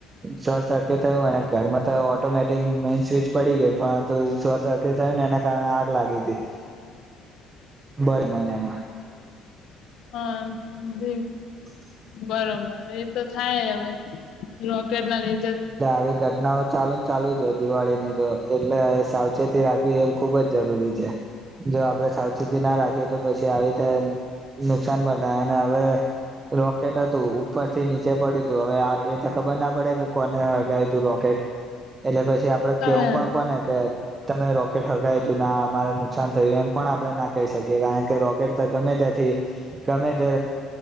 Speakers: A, on the right (about 30°); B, on the left (about 65°).
A: શોર્ટ સર્કિટ થયું અને ઘરમાં ઓટોમેટિક મે સ્વિચ પડી ગઈ પરંતુ શોર્ટ સર્ક્યટ થયો ને એના કારણે આગ લાગી હતી
B: <unintelligible>
A: બડ મહિનામાં
B: હા બ
A: <unintelligible>
B: બરોબર એ તો થાય હવે રોકેટ ના લી
A: એ આવી ઘટનાઓ ચાલુ ને ચાલુ જો દિવાળી ની તો એટલે સાવચેતી રાખવી એ ખુબ જ જરૂરી છે જો આપડણે સાવચેતી ના રાખીએ તો પછી આવી રીતે નુકસાન પણ થાય અને હવે રોકેટ હતું ઉપર થી નીચે પડ્યું હતું હવે એ તો ખબર ના પડે કે કોને હગ તું રોકેટ એટલે પછી આપડે
B: એ તો
A: કેવું
B: હે
A: પણ કોને કે તમે રોકેટ હગાવી તું ના અમારે નુકસાન થયું એમ પણ આપણે ના કહી શકીએ કારણ કે રોકેટ તો ગમે ત્યાં ગમે તે